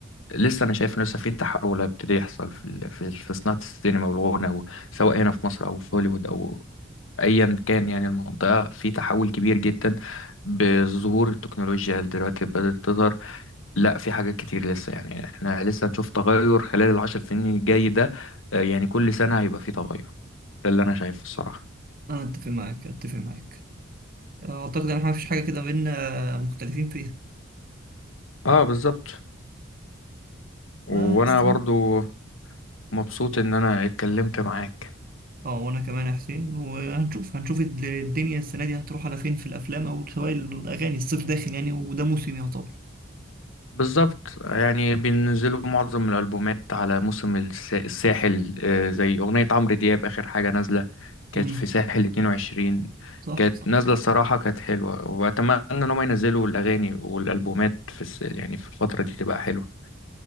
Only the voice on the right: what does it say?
انا اتفق معاك اتفق معاك اعتقد ان احنا مفيش حاجه كده بينا مختلفين فيها
بس
اه وانا كمان يا حسين وهنشوف هنشوف الد- الدنيا السنه دي هتروح على فين في الافلام او سواء الاغاني الصيف داخل يعني وده موسم يعتبر
امم
صح
صح